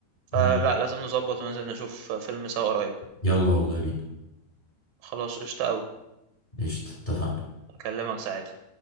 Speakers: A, on the right; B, on the left.
A: فلا
B: مم.
A: لازم نظبط وننزل نشوف فيلم سوا قريب
B: يلا والله بينا
A: خلاص قشطة قوي
B: قشطة اتفقنا
A: اكلمك ساعتها